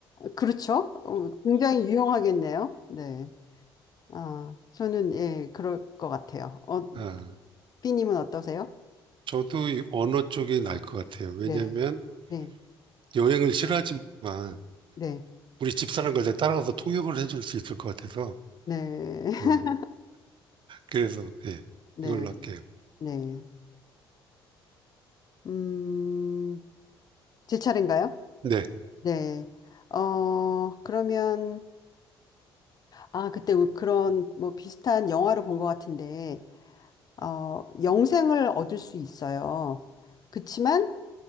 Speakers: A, on the left (about 30°); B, on the right (about 40°).
A: 그렇죠? 어, 굉장히 유용하겠네요. 네. 아, 저는 예, 그럴 것 같아요. 어,
B: 아,
A: 삐님은 어떠세요?
B: 저도 이 언어 쪽이 날 것 같아요. 왜냐면
A: 네, 네,
B: 여행을 싫어하지만
A: 네,
B: 우리 집사람걸 따라가서 통역을 해줄 수 있을 것 같아서.
A: 네,
B: 어,
A: <laughs>
B: 그래서, 예,
A: 네,
B: 이걸로 할게요.
A: 네. 음, 제 차례인가요?
B: 네.
A: 네. 어, 그러면 아, 그때 우- 그런 뭐 비슷한 영화를 본 것 같은데, 어, 영생을 얻을 수 있어요. 그치만